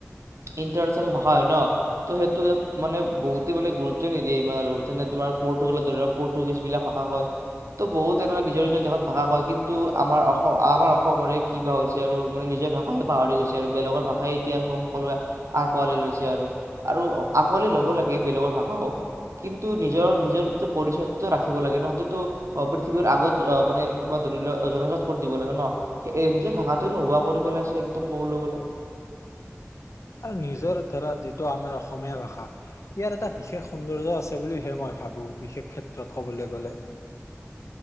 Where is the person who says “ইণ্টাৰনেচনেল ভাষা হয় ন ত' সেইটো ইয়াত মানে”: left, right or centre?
Right